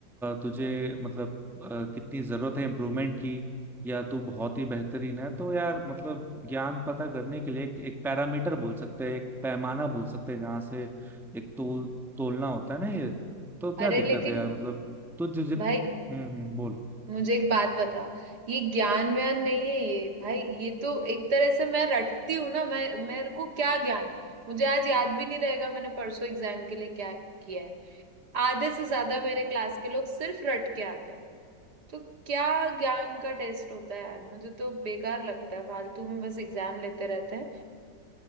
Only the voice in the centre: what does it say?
तुझे मतलब अ, कितनी जरूरत है इम्प्रूवमेंट की या तू बहुत ही बेहतरीन है तो यार मतलब ज्ञान पता करने के लिए एक, एक पैरामीटर बोल सकते हैं एक पैमाना बोल सकते हैं जहाँ से एक तोल तोलना होता है ना ये तो क्या
दिक्कत
है यार मतलब तुझे जित
हम्म हम्म, बोलो